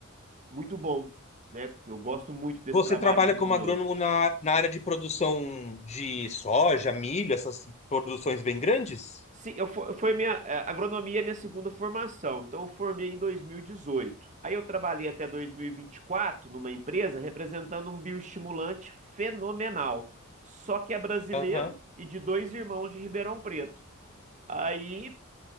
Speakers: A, on the right; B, on the left.
A: muito bom, né? Eu gosto muito desse
B: Você
A: trabalho
B: trabalha
A: de home
B: como agrônomo
A: office.
B: na, na área de produção de soja, milho, essas produções bem grandes?
A: Se eu fo- foi minha eh, agronomia é minha segunda formação, então eu formei em 2018. Aí eu trabalhei até 2024 numa empresa representando um bioestimulante fenomenal, só que é brasileiro
B: Aham.
A: e de dois irmãos de Ribeirão Preto. Aí